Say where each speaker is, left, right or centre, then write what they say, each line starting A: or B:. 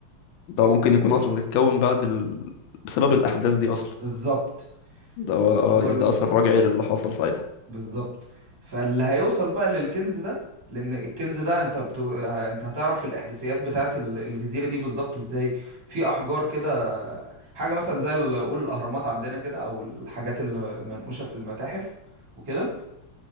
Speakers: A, on the left (about 75°); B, on the right (about 45°).
A: ده ممكن يكون اصلا اتكون بعد ال... بسبب الاحداث دي اصلا
B: بالظبط
A: ده هو اه
B: والم...
A: يعني ده اثر رجعي للي حصل ساعتها
B: بالظبط فاللي هيوصل بقى للكنز ده لأن الكنز ده أنت بت... أنت هتعرف الإحداثيات بتاعة ال- الجزيرة دي بالظبط إزاي في أحجار كده حاجة مثلا زي ال- قول الأهرامات عندنا كده أو الحاجات المنقوشة في المتاحف وكده